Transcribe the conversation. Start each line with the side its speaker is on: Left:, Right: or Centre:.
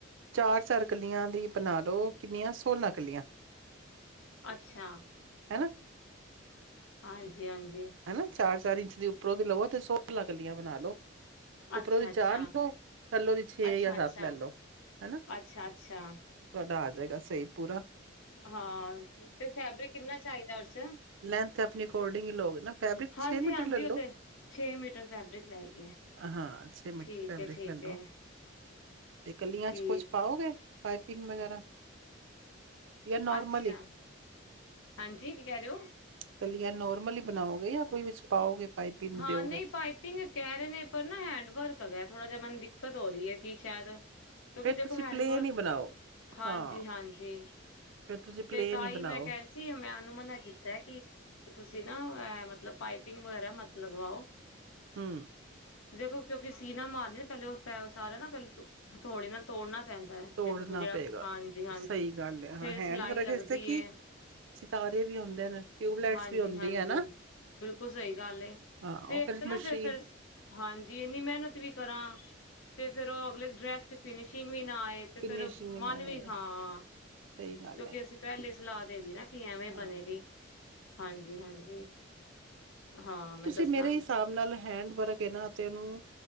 Right: ਚਾਰ-ਚਾਰ ਕਲੀਆਂ ਦੀ ਬਣਾ ਦੋ ਕਿੰਨੀਆਂ ਸੋਹਲਾ ਕਲੀਆਂ।
Left: ਅੱਛਾ
Right: ਹੈਨਾ।
Left: ਹਾਂਜੀ ਹਾਂਜੀ
Right: ਹੇਨਾ, ਚਾਰ-ਚਾਰ ਇੰਚ ਦੀ ਉੱਪਰੋਂ ਤੇ ਲਵੋ ਤੇ ਸੋਲ੍ਹਾ ਕੱਲੀਆਂ ਬਣਾ ਲਓ
Left: ਅੱਛਾ-ਅੱਛਾ,
Right: ਉੱਪਰੋਂ ਦੀ ਲਓ ਥੱਲੋਂ ਦੀ
Left: ਅੱਛਾ-ਅੱਛਾ,
Right: ਜਾਂ ਲੈ ਲਓ। ਹੈਨਾ
Left: ਅੱਛਾ-ਅੱਛਾ
Right: ਤੁਹਾਡਾ ਆ ਜਾਏਗਾ ਸਹੀ ਪੂਰਾ
Left: ਹਾਂ ਤੇ ਫੈਬਰਿਕ ਕਿੰਨਾ ਚਾਹੀਦਾ ਉਹਦੇ ਚ
Right: ਉਹ ਤੇ ਆਪਣੇ ਅਕੋਰਡਿੰਗ ਹੀ ਲੋਗੇ ਨਾ। ਫੈਬਰਿਕ
Left: ਹਾਂਜੀ-ਹਾਂਜੀ,
Right: ਮੀਟਰ ਲੈ ਲਓ।
Left: ਓ ਤੇ ਛੇ ਮੀਟਰ ਫੈਬਰਿਕ ਲੈ ਗਿਆ।
Right: ਹਾਂ ਮੀਟਰ
Left: ਠੀਕ
Right: ਫੈਬਰਿਕ
Left: ਹੈ-ਠੀਕ
Right: ਲੈ ਲਓ
Left: ਹੈ
Right: ਤੇ ਕਲੀਆਂ
Left: ਠੀਕ,
Right: 'ਚ ਕੁਛ ਪਾਓਗੇ ਪਾਈਪਿੰਨ ਵਗੈਰਾ ਜਾਂ ਨੋਰਮਲ
Left: ਅੱਛਾ
Right: ਹੀ
Left: ਹਾਂਜੀ ਕੀ ਕਹਿ ਰਹੇ ਹੋ
Right: ਕਲੀਆਂ ਨੋਰਮਲ ਹੀ ਬਣਾਓਗੇ ਜਾਂ ਵਿਚ ਕੁਝ ਪਾਓਗੇ ਪਾਈਪਿੰਨ
Left: ਹਾਂ,
Right: ਦਿਓਗੇ?
Left: ਨਹੀਂ ਪਾਈਪਿੰਗ ਕਹਿ ਰਹੇ ਨੇ ਪਰ ਨਾ ਹੈਂਡ ਵਰਕ ਹੈ ਗਾ ਥੋੜਾ ਜਿਹਾ <unintelligible> ਦਿੱਕਤ ਹੋ ਰਹੀ ਹੈ ਕਿ ਸੇਹਦ ਕਿਉਂਕਿ
Right: ਫੇਰ
Left: ਜੇ
Right: ਤੁਸੀਂ
Left: ਕੋਈ ਹੈਲਪ
Right: ਪਲੇਨ ਹੀ ਬਣਾਓ।
Left: ਹਾਂਜੀ
Right: ਹਾਂ,
Left: ਹਾਂਜੀ
Right: ਫੇਰ ਤੁਸੀਂ ਪਲੇਨ
Left: ਤੇ ਤਾਂ ਹੀ
Right: ਬਣਾਓ,
Left: ਮੈਂ ਕਿਹਾ ਸੀ ਆ ਮੈਂ ਉਹਨੂੰ ਮਨਾ ਕੀਤਾ ਕਿ ਤੁਸੀਂ ਨਾ ਏ ਮਤਲਬ ਪਾਈਪਿੰਗ ਵਗੈਰਾ ਮਤ ਲਗਵਾਓ।
Right: ਹੁ।
Left: ਜੇ ਤੁਸੀਂ ਓਦੀ ਸੀਨਾ ਮਾਰਨੀ ਪਹਿਲੇ ਓ ਪੈਰ ਸਾਰੇ ਨਾ ਪਹ ਹਥੋੜੀ ਨਾਲ ਤੋੜਨਾ ਪੈਂਦਾ
Right: ਤੋੜਨਾ
Left: ਦੇਖੋ ਜਿਹੜਾ
Right: ਪਏਗਾ।
Left: ਹਾਂਜੀ ਜੀ ਹਾਂਜੀ
Right: ਸਹੀ ਗੱਲ ਹੈ, ਹਾਂ
Left: ਫਿਰ
Right: ਹੈਂਡ
Left: ਸਿਲਾਈ
Right: ਵਰਕ
Left: ਲੱਗਦੀ
Right: ਇਸਤੇ ਕਿ
Left: ਹ
Right: ਸਿਤਾਰੇ ਵੀ ਹੁੰਦੇ ਨੇ, ਟਿਊਬਲਾਈਟਸ
Left: ਹਾਂਜੀ-ਹਾਂਜੀ
Right: ਵੀ ਹੁੰਦੀ ਹੈ ਨਾ।
Left: ਬਿਲਕੁਲ ਸਹੀ ਗੱਲ ਹੈ
Right: ਹਾਂ,
Left: ਤੇ
Right: ਉਹ
Left: ਇੱਕ ਤੇ ਨਾ
Right: ਮਸ਼ੀਨ
Left: ਫਿਰ, ਫਿਰ ਹਾਂਜੀ ਇਨੀ ਮਿਹਨਤ ਵੀ ਕਰਾਂ। ਤੇ ਫਿਰ ਉਹ ਅਗਲੇ ਡਰੈੱਸ ਚ ਫਿਨਿਸ਼ਿੰਗ ਵੀ ਨੀ- ਨਾ ਏ ਤੇ
Right: ਫਿਨਿਸ਼ਿੰਗ
Left: ਫਿਰ ਮਨ
Right: ਨਾ ਆਏ,
Left: ਵੀ ਹਾਂ
Right: ਸਹੀ ਗੱਲ
Left: ਕਿਉਂਕਿ
Right: ਹੈ,
Left: ਅਸੀਂ ਪਹਿਲੇ ਸਲਾ। <unintelligible> ਕੀ ਐਵੇਂ
Right: ਹਾਂ।
Left: ਬਣੇਗੀ ਹਾਂਜ ਹਾਂਜੀ ਹਾਂ ਮੈਂ ਦੱਸਾਂਗੀ
Right: ਤੇ ਮੇਰੇ ਹਿਸਾਬ ਨਾਲ ਹੈਂਡ ਵਰਕ ਹ ਨਾ ਤੇ ਇਹਨੂੰ